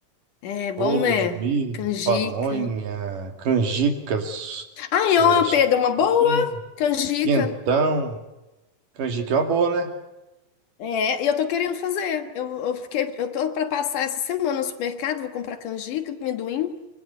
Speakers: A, on the left; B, on the right.
A: É bom,
B: Bolo
A: né?
B: de milho,
A: Canjica.
B: pamonha, canjicas,
A: Ai,
B: é,
A: ó,
B: chá
A: Pedro,
B: de
A: uma boa
B: amendoim,
A: canjica.
B: quentão. Canjica é uma boa, né?
A: É, e eu tô querendo fazer. Eu, eu fiquei, eu tô para passar essa semana no supermercado, vou comprar canjica, amendoim,